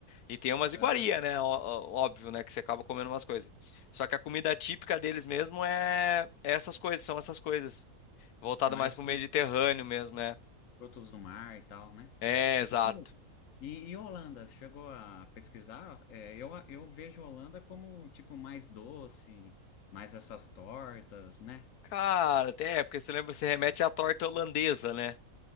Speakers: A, on the left (about 85°); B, on the left (about 65°).
A: e tem umas
B: Aham.
A: iguaria, né? Ó- ó- óbvio, né? Que você acaba comendo umas coisas. Só que a comida típica deles mesmo é, é essas coisas, são essas coisas voltada
B: Mais
A: mais pro
B: fruto-
A: Mediterrâneo mesmo, né?
B: frutos do mar e tal, né?
A: É, exato.
B: Sim. E, e Holanda, você chegou a pesquisar? É, eu, a- eu vejo Holanda como, tipo, mais doce, mais essas tortas, né?
A: Cara, é porque você lembra, você remete à torta holandesa, né?